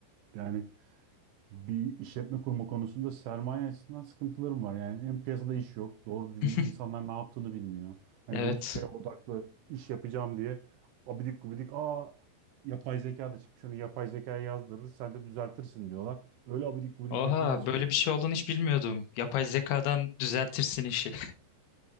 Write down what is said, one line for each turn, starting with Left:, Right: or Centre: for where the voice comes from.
Right: yani bir işletme kurma konusunda sermaye açısından sıkıntılarım var. Yani hem piyasada iş yok, doğru düzgün
Left: <laughs>
Right: insanlar ne yaptığını bilmiyor. Hani
Left: Evet.
Right: bu SEO odaklı iş yapacağım diye abidik gubidik aa yapay zeka da çıkmış hani yapay zekaya yazdırır sen de düzeltirsin diyorlar. Öyle abidik gubidik
Left: Oha
Right: metinler çıkıyor
Left: böyle
Right: ki.
Left: bir şey olduğunu hiç bilmiyordum. Yapay zekadan düzeltirsin işi.